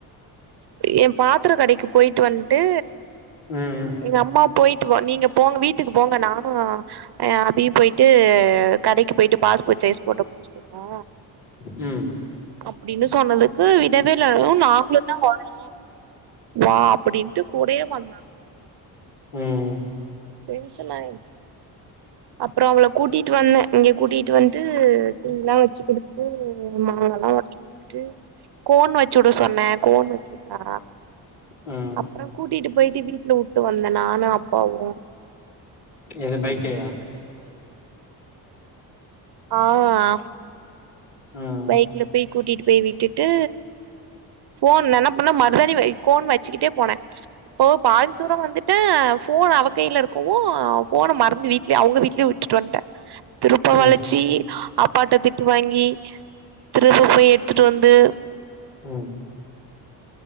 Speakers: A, on the right; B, on the left.
A: எ பாத்திரக் கடைக்கு போயிட்டு வந்துட்டு
B: ம்
A: எங்க அம்மா போயிட்டு வ நீங்க போங்க வீட்டுக்கு போங்க நானு எ அபியு போயிட்டு கடைக்கு போயிட்டு பாஸ்போர்ட் சைஸ் ஃபோட்டோ புடிச்சுட் ஆ
B: ம்
A: அப்பிடின்னு சொன்னதுக்கு விடவே இல்லே ம் நாங்களு தா வரோ வா அப்பிடின்ட்டு கூடயே வந்தாங்க
B: ம்
A: டென்ஷனாயிருச்சு அப்றோ அவளக் கூட்டிட்டு வந்தே இங்க கூட்டிட்டு வந்துட்டு தீனி எல்லாம் வச்சு குடுத்துட்டு மாங்கால்லா வச்சு ட்டு கோன் வச்சு உட சொன்னே கோன் வச்சு உட்டாளா
B: ம்
A: அப்றோ கூட்டிட்டு போயிட்டு வீட்ல விட்டு வந்தே நானு அப்பாவு
B: எது பைக்லியா
A: ஆமா
B: ம்
A: பைக்ல போய் கூட்டிட்டு போய் விட்டுட்டு போன் நா என்ன பண்ண மருதானி கோன் வச்சுிட்டே போனே இப்போ பாதி தூரோ வந்துட்ட போன் அவ கையில இருக்கவு போன மறந்து வீட்லயே அவங்க வீட்லயே விட்டுட்டு வந்துட்டே திருப்ப
B: ம்
A: வளைச்சி அப்பாட்ட திட்டு வாங்கி திருப்ப போய் எடுத்துட்டு வந்து
B: ம்